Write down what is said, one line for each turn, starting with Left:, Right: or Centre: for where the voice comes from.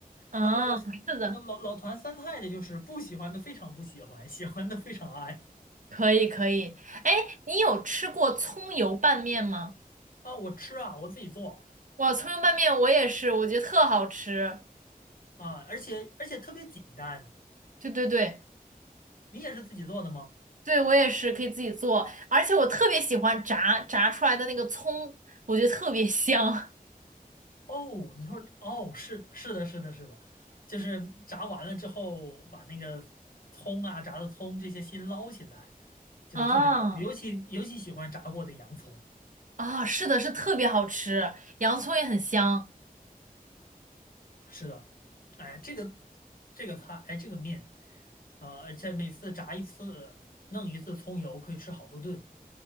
Right: 嗯，
Left: 然后
Right: 是的，
Left: 那个老老坛酸菜的就是不喜欢的非常不喜欢，喜欢的非常爱
Right: 可以可以。哎，你有吃过葱油拌面吗？
Left: 啊！我吃啊，我自己做
Right: 哇，葱油拌面我也是，我觉得特好吃。
Left: 啊，而且而且特别简单。
Right: 对对对。
Left: 你也是自己做的吗？
Right: 对，我也是可以自己做，而且我特别喜欢炸炸出来的那个葱，我觉得特别香。
Left: 哦，你说哦，是的是的，是的，是的，就是炸完了之后，把那个葱啊、炸的葱这些先捞起来，就是特别好，
Right: <laughs> 啊
Left: 尤其尤其喜欢炸过的洋葱。
Right: 啊，是的，是特别好吃，洋葱也很香。
Left: 是的，哎，这个这个菜，哎，这个面，呃，而且每次炸一次，弄一次葱油，可以吃好多顿。